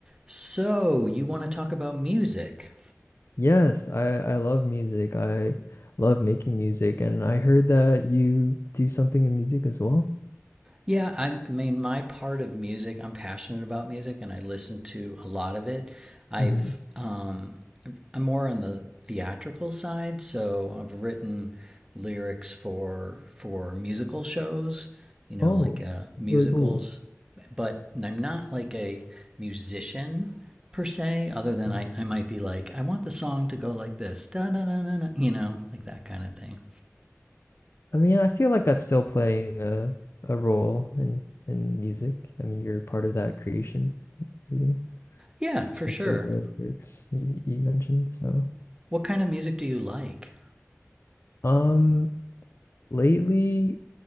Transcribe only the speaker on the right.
So, you want to talk about music?
Yeah, i mean, my part of music, I'm passionate about music and I listen to a lot of it. I've,
um, I'm more on the theatrical side, so I've written lyrics for for musical shows, you know,
like uh, musicals,
but I'm not like a musician per se, other than
I, I might be like, I want the song to go like this, da da da da, you know, like that kind of thing.
Yeah, for
sure.
What kind of music do you like?